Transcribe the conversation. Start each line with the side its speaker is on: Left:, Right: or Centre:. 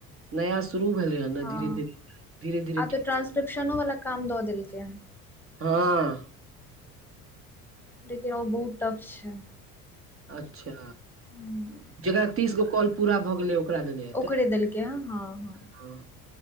Right: नया- शुरू भेलैए ने,
Centre: हँ
Right: धीरे-धीरे धीरे-धीरे
Centre: आब तऽ
Right: ठीक
Centre: ट्रांसक्रिप्शनो
Right: हेतै
Centre: वाला काम दऽ देलकै हँ
Right: हँ
Centre: लेकिन ओ बहुत टफ छै,
Right: अच्छा,
Centre: हूँ,
Right: जकरा तीस गो कॉल पूरा भऽ गेलै ओकरा देने- हेतै
Centre: ओकरे देलकै, हॅं
Right: हँ,